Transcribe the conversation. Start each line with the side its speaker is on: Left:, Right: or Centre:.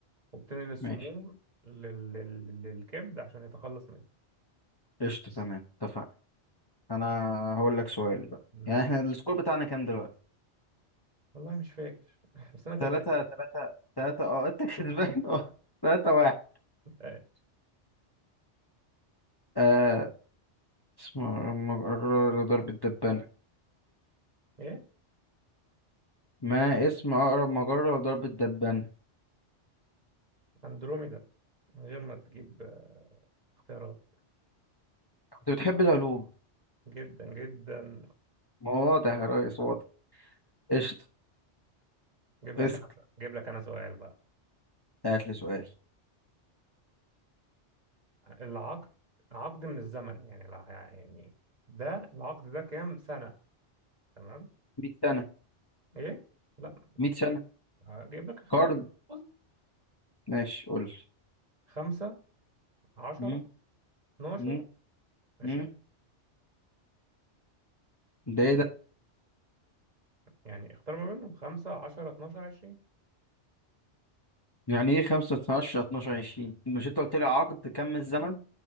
Right: وبتنقل السموم
Left: ماشي
Right: لل... لل- للكبد عشان يتخلص منها
Left: قشطة تمام اتفقنا انا هقول لك سؤال بقى
Right: ماشي
Left: يعني احنا السكور بتاعنا كام دلوقتي
Right: والله مش فاكر <laughs> بس انا كسبان
Left: ثلاثة ثلاثة ثلاثة اه انت كسبان <laughs> اه ثلاثة واحد
Right: <laughs>
Left: آه اسم أقرب مجرة لضرب الدبانة
Right: ايه
Left: ما اسم أقرب مجرة لضرب الدبانة
Right: اندروميدا من غير ما تجيب آه، اختيارات
Left: كنت بتحب العلوم
Right: جدا جدا
Left: ما هو واضح يا ريس واضح قشطة
Right: جيب
Left: اسأل
Right: لك انا جيب لك انا سؤال بقى
Left: هات لي سؤال
Right: العقد عقد من الزمن يعني الع- يعني ده العقد ده كام سنة تمام
Left: 100 سنة
Right: ايه لا
Left: 100 سنة
Right: اجيب لك اختيارات
Left: قرن
Right: بص،
Left: ماشي قول لي
Right: خمسة عشرة
Left: مم،
Right: اتناشر
Left: مم،
Right: عشرين
Left: مم. ده ايه ده
Right: يعني اختار ما بينهم خمسة عشرة اتناشر عشرين
Left: يعني ايه 5 12 12 20 مش انت قلت لي عقد كم الزمن